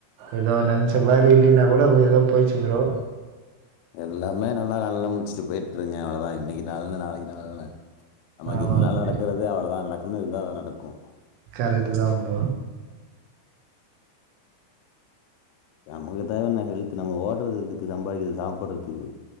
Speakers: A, on the right; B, on the left.
A: ஏதோ நினைச்ச மாதிரி இல்லன்னா கூட ஏதோ போய்ச்சுப்றோ
B: எல்லாமே நல்லா நல்ல முடிச்சிருக்கும் போயிட்டுருங்க அவ்வளோதான் இன்னைக்கு நளன்னு நாளைக்கு நாளன்னு நமக்கு
A: ஆமா
B: இந்தான
A: ப்ரோ
B: நடக்கிறது அவ்வளதான் நட உண்மையிலுமே இது தான் நடக்கும்
A: கரைடு தாம் ப்ரோ
B: நமக்குத் தேவை என்ன ஹெல்து நம்ம ஓடுறது எதுக்கு சம்பாதிக்கறத்கு சாப்பிடடுறதுக்கு